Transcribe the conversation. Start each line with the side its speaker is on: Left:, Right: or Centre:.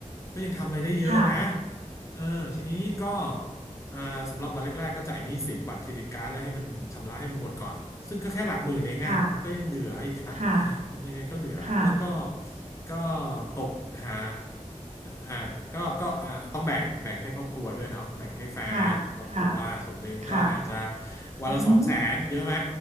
Left: ก็ยังทำอะไรได้เยอะนะ
Right: ค่ะ
Left: เออทีนี้ก็อ่าสำหรับวันแรกๆก็จ่ายหนี้สินบัตรเครดิตการ์ดอะไรให้มันชำระให้มันหมดก่อนซึ่งก็แค่หลักหมื่นเองอ่ะก็ยังเหลืออีกค่ะ
Right: ค่ะค่ะ
Left: ทำยังไงก็เหลือ
Right: ค่ะ
Left: แล้วก็ก็ตกหาอ่าก็ก็อ่าต้องแบ่งแบ่งให้ครอบครัวด้วยเนาะแบ่งให้แฟนครอบครัวส่วนหนึ่งก็อาจจะ
Right: ค่ะค่ะค่ะค่ะ
Left: วันละสองแสนเยอะไหม
Right: อือหือ